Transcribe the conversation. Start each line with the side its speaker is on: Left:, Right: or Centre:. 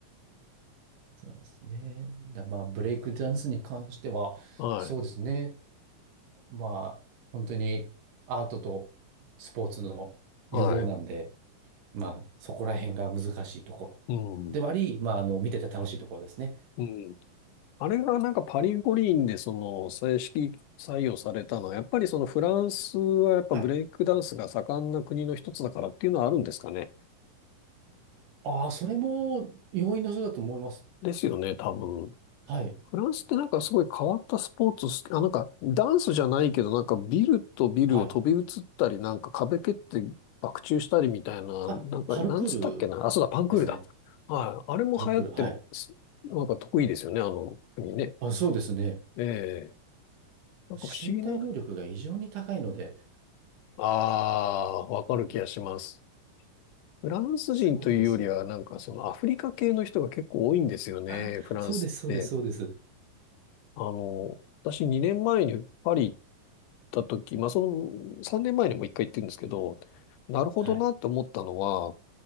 Right: そうですね。だ、まあ、ブレイクダンスに関しては、
Left: はい。
Right: そうですね。まあ、本当にアートとスポーツの融合なんで、
Left: はい。
Right: まあ、そこら辺が難しいところではあり、
Left: うん。
Right: まあ、あの、見てて楽しいところですね。
Left: うん。あれがなんかパリ五輪でその正式採用されたのは、やっぱりそのフランスはやっぱブレイクダンスが盛んな国の一つだからっていうのはあるんですかね。
Right: はい。ああ、それも要因の一つだと思います。
Left: ですよね、多分。
Right: はい。
Left: フランスってなんかすごい変わったスポーツ好き、あ、なんかダンスじゃないけど、なんかビルとビルを飛び移ったり、
Right: はい。
Left: なんか壁蹴って爆中したりみたいな、
Right: あ、
Left: なんか、
Right: パルクール
Left: なんつったっけな。あ、そうだ、パンクールだ。
Right: ですね。
Left: はい。あれも流行ってます、
Right: パルクール。はい。
Left: なんか得意ですよね、あの国ね。
Right: あ、そうですね。
Left: ええなんか不思議な。
Right: 身体能力が異常に高いので
Left: ああわかる気がします。フランス人というよりは、
Right: <laughs> すごいんですよ。
Left: なんかそのアフリカ系の人が結構多いんですよね、
Right: あ、
Left: フランスって。
Right: そうです、そうです、そうです。
Left: あの、私2年前にパリ行た時、まあ、その3年前にも一回行ってるんですけど、なるほどなって思ったのは、
Right: はい。